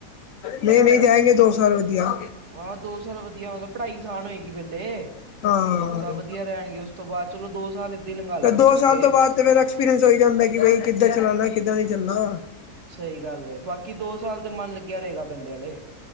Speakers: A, on the left; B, on the right.
A: ਨਹੀ-ਨਹੀ ਜਾਏਂਗੇ ਦੋ ਸਾਲ ਵਧੀਆ
B: ਆ ਦੋ ਸਾਲ ਵਧੀਆ ਮਤਲਬ ਪੜ੍ਹਾਈ ਆਸਾਨ ਹੋਏਗੀ ਪੇਹਲੇ
A: ਹਾਂ
B: ਦੋ ਸਾਲ ਵਧੀਆ ਰਹਿੰਗੇ ਉਸ ਤੋਂ ਬਾਅਦ ਚੱਲੋ ਦੋ ਸਾਲ ਹੀ ਲੰਘਾ ਲਾਂਗੇ
A: ਤਾਂ ਦੋ
B: ਇਕੱਠੇ
A: ਸਾਲ ਤੋਂ ਬਾਦ ਫਿਰ ਐਕਸਪੀਰੀੰਸ ਹੋਈ ਜਾਂਦਾ ਕਿ ਬਈ ਕਿੱਦਾਂ ਚੱਲਣਾ ਕਿੱਦਾਂ ਨੀ ਚੱਲਣਾ
B: ਸਹੀ ਗੱਲ ਏ ਬਾਕੀ ਦੋ ਸਾਲ ਤੇ ਮਨ ਲੱਗਿਆ ਰਏਗਾ ਪੇਲੇ ਵਾਲੇ